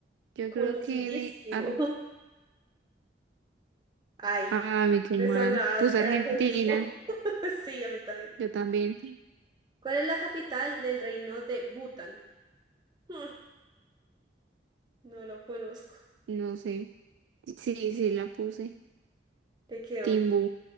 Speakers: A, on the right; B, on the right.
A: Yo
B: conocidísimo.
A: creo que de... Ar-
B: <laughs> Ay,
A: Ah, me quedé
B: eso
A: mal.
B: lo hace
A: Puse Argentina,
B: argentino. <laughs> Sí, a mí también.
A: yo también.
B: ¿Cuál es la capital del reino de Bután? Mm, no lo conozco.
A: No sé. Sí, sí, la puse.
B: Te quedó
A: Timbú.
B: bien.